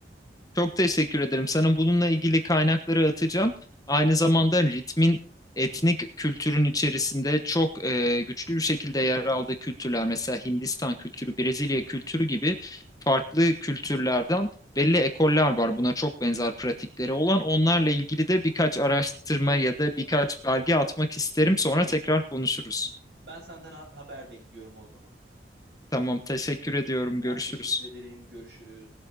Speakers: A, on the left; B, on the right.
A: Çok teşekkür ederim. Sana bununla ilgili kaynakları atacağım. Aynı zamanda ritmin etnik kültürün içerisinde çok e, güçlü bir şekilde yer aldığı kültürler, mesela Hindistan kültürü, Brezilya
B: Hı hı.
A: kültürü gibi farklı kültürlerden belli ekoller var. Buna çok benzer pratikleri olan. Onlarla ilgili de birkaç araştırma
B: Olur,
A: ya da birkaç belge atmak isterim. Sonra
B: olur.
A: tekrar konuşuruz.
B: Ben senden ha- haber bekliyorum o zaman.
A: Tamam, teşekkür ediyorum.
B: Ben
A: Görüşürüz.
B: teşekkür ederim. Görüşürüz.